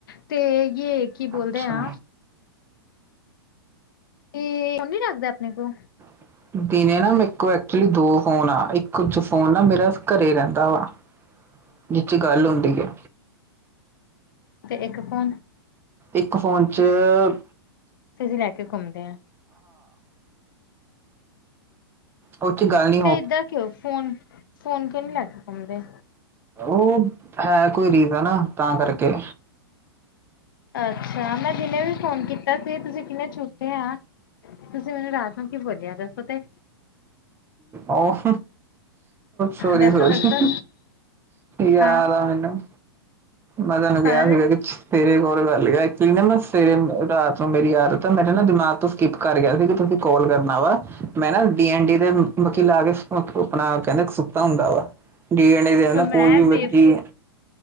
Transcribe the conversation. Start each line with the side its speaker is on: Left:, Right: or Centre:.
Left: ਤੇ ਯ ਕੀ ਬੋਲਦੇ
Right: ਅੱਛਾ।
Left: ਆ। ਕੀ ਉਹਣ ਨੀ ਰਕਦੇ ਆਪਣੇ ਕੋ
Right: <inaudible> ਦਿਨੇ ਨਾ ਮੇਰੇ ਕੋਲ ਐਕਚੁਲੀ ਦੋ ਫੋਨ ਆ ਇੱਕ 'ਚ ਫੋਨ ਨਾ ਮੇਰਾ ਘਰੇ ਰਹਿੰਦਾ ਵਾ। ਜਿਚ ਗੱਲ ਹੁੰਦੀ ਏ।
Left: ਤੇ ਇੱਕ ਫੋਨ।
Right: ਇੱਕ ਫੋਨ
Left: ਤੁਸੀਂ
Right: 'ਚ--ਆਹ
Left: ਲੈ ਕੇ ਘੁੰਮਦੇ ਆ
Right: ਉਹ 'ਚ ਗੱਲ ਨੀ
Left: ਤੇ ਏਦਾਂ ਕਿਉਂ ਫੋਨ-ਫੋਨ ਕਿਉਂ ਨੀ ਲੈ ਕੇ ਪਾਉਦੇ?
Right: ਉਹ ਹੈ ਕੋਈ ਰੀਜ਼ਨ ਤਾਂ ਕਰਕੇ
Left: ਅੱਛਾ ਮੈਂ ਜਿਹਨੇ ਵੀ ਫੋਨ ਕੀਤਾ ਸੀ ਤੁਸੀਂ ਕਿੰਨੇ ਛੋਟੇ ਆ ਤੁਸੀਂ ਮੈਨੂੰ ਰਾਤ ਨੂੰ ਕੀ ਬੋਲਿਆ ਦੱਸੋ ਤੇ?
Right: ਓਹ ਸੋਰੀ
Left: ਦੱਸੋ
Right: ਸੋਰੀ
Left: ਦੱਸੋ
Right: ਯਾਦ
Left: ਹਾਂ
Right: ਆ ਮੈਨੂੰ ਮੈਂ ਤੁੈਨੂੰ ਕਿਹਾ
Left: ਪਰ
Right: ਸੀਗਾ ਕਿ ਸਵੇਰੇ ਕੋਲ ਕਰ ਲਿਓ ਐਕਚੁਲੀ ਨਾ ਮੈਂ ਸਵੇਰੇ ਰਾਤ ਨੂੰ ਮੇਰੀ ਆਦਤ ਤੇ ਮੇਰੇ ਨਾ ਦਿਮਾਗ ਤੋਂ ਸਕਿਪ ਕਰ ਗਿਆ ਸੀ। ਤੁਸੀਂ ਕਾਲ ਕਰਨਾ ਵਾ, ਮੈਂ ਨਾ ਡੀ ਐਨ ਡੀ ਦੇ ਮੱਖੀ ਲਾ ਕੇ ਉਹ ਆਪਣਾ ਕਹਿੰਦੇ ਸੁੱਤਾ ਹੁੰਦਾ, ਵਾ ਡੀ ਐਨ
Left: ਮੈਂ
Right: ਕੋਈ ਵੀ ਮਰੀਜ਼
Left: ਬੇ